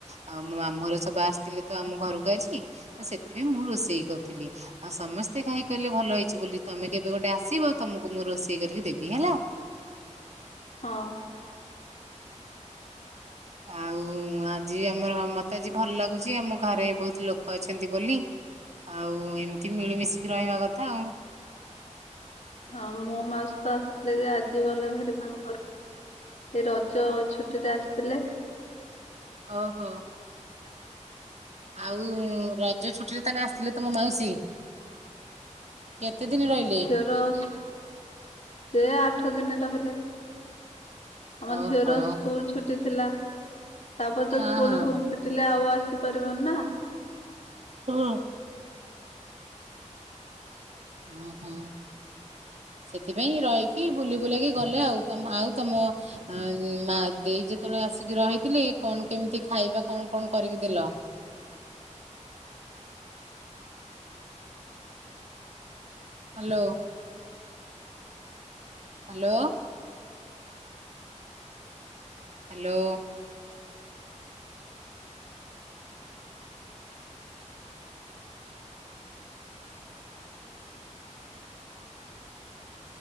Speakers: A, on the right; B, on the left.
A: ଆଉ ମୋ ମାମୁଁ ଘର ସବୁ ଆସିଥିଲେ ତ ଆମ ଘରକୁ ଆଜି ତ ସେଥିପାଇଁ ମୁଁ ରୋଷେଇ କରୁଥିଲି। ଆଉ ସମସ୍ତେ ଖାଇକି କହିଲେ ଭଲ ହେଇଚି ବୋଲି ତମେ କେବେ ଗୋଟେ ଆସିବ ତମକୁ ମୁଁ ରୋଷେଇ କରିକି ଦେବି ହେଲା।
B: ହଁ।
A: ଆଉ ଆଜି ଆମର ମତେ ଆଜି ଭଲ ଲାଗୁଛି ଆମ ଘରେ ବହୁତ ଲୋକ ଅଛନ୍ତି ବୋଲି। ଆଉ ଏମିତି ମିଳିମିଶିକି ରହିବା କଥା ଆଉ।
B: ହଁ ମୋ ମାଉସି ତ ଆସିଥିଲେ ଯେ ଆଜି ଗଲେ ଭେରି ତାଙ୍କ ଘରକୁ ସେଇ ର ଜ ଛୁଟି ରେ ଆସିଥିଲେ।
A: ଓ ହୋ। ଆଉ ରଜ ଛୁଟିରେ ତାନେ ଆସିଥିଲେ ତମ ମାଉସୀ? କେତେ ଦିନ ରହିଲେ?
B: ର ସେ ଆଠ ଦିନ ରହିଲେ, ଆମ
A: ଓହୋ
B: ଝିଅର ସ୍କୁଲ ଛୁଟି ଥିଲା ତାପରେ ତ
A: ହଁ
B: ସ୍କୁଲ
A: ହଁ
B: <unintelligible> ଫିଟିଲେ ଆଉ ଆସିପାରିବନି ନା!
A: ହୁଁ। ଉଁ ହୁଁ। ସେଥିପାଇଁ ରହିକି ବୁଲି ବୁଲାକି ଗଲେ ଆଉ ତମ ଆଉ ତମ ଆ ମା ଦେଇ ଯେତେବେଳେ ଆସିକି ରହିଥିଲେ କଣ କେମିତି ଖାଇବା କଣ କଣ କରିକି ଦେଲ? ହ୍ୟାଲୋ। ହ୍ୟାଲୋ। ହ୍ୟାଲୋ।